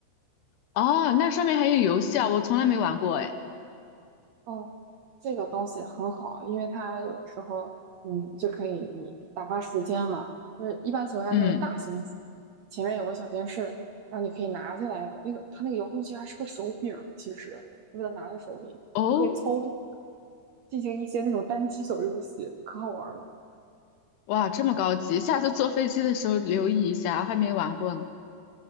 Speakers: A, on the left; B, on the right.
A: 哦，那上面还有游戏啊，我从来没玩过哎。
B: 哦，这个东西很好，因为它有的时候，嗯，就可以你打发时间嘛。就是一般情况下那种大型，
A: 嗯，
B: 前面有个小电视，然后你可以拿下来，那个它那个遥控器还是个手柄儿其实你把它拿在手里，
A: 哦，
B: 你就可以操作，进行一些那种单机小游戏，可好玩儿了。
A: 哇，这么高级，下次坐飞机的时候留意一下，还没玩过呢。